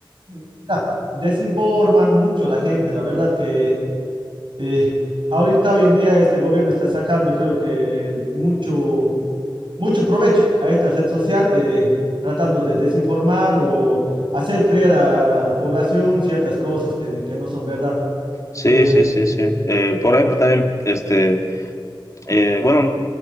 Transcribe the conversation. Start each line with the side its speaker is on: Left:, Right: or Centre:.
Right: mira, desinforman mucho a la gente, la verdad que eh, ahorita, hoy en día, este gobierno está sacando, creo que, mucho, mucho provecho a esta red social, eh, tratando de desinformar o hacer creer a, a la a la población ciertas cosas que, que no son verdad.
Left: Sí,
Right: Eh,
Left: sí, sí, sí. Eh, por ejemplo, también, este, eh, bueno,